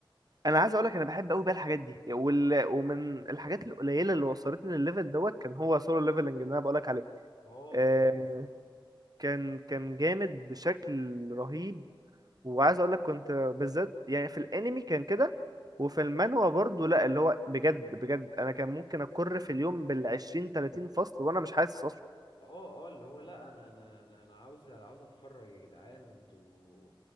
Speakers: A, on the right; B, on the left.
A: انا عايز اقولك انا بحب قوي بقى الحاجات دي وال... ومن الحاجات القليلة اللي وصلتني للليفل دوت كان هو سولو ليفلنج اللي انا بقولك عليه
B: اه
A: آه،
B: اه بالظبط
A: كان كان جامد بشكل رهيب وعايز اقول لك كنت بالذات يعني في الانمي كان كده وفي المانهوا برضه لا اللي هو بجد بجد انا كان ممكن اكر في اليوم بالعشرين تلاتين فصل وانا مش حاسس اصلا
B: اه اه اللي هو لا انا انا انا انا عاوز عاوز اتفرج يا جدعان انتوا